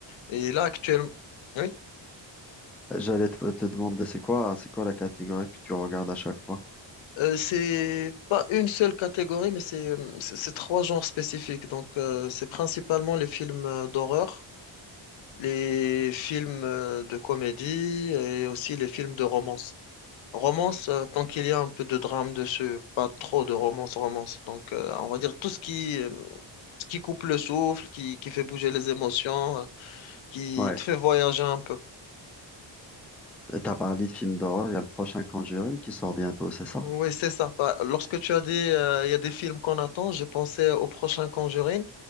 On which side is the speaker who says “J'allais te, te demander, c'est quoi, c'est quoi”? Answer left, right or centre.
Centre